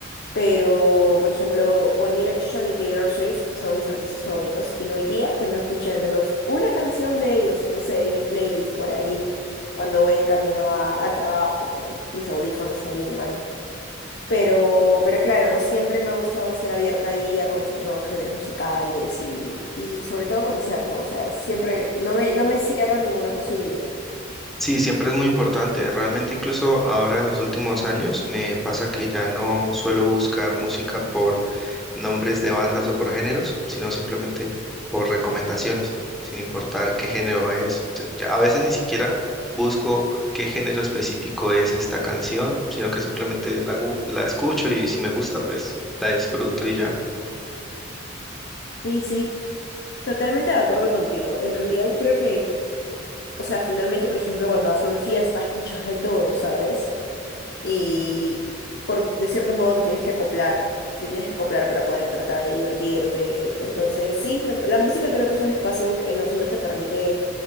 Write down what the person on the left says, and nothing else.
Pero, por ejemplo, One Direction y Taylor Swift son mis artistas favoritos y no hay día que no escuche al menos una canción de ellos, no sé, en mi playlist por ahí, cuando voy en camino a- al trabajo con mis audífonos ahí en mano. Pero, pero claro, no siempre me ha gustado estar abierta ahí a conocer nuevos géneros musicales y, y sobre todo conocer, ¿no? O sea, siempre no me, no me cierro a ninguna posibilidad.
Sí, sí, totalmente de acuerdo contigo. En realidad creo que... O sea, finalmente, por ejemplo, cuando vas a una fiesta, escuchas de todo, ¿sabes? Y por, de cierto modo te tienes que acoplar, te tienes que acoplar para poder tratar de divertirte. Entonces, sí, me- la música creo que es un espacio que no solo te permite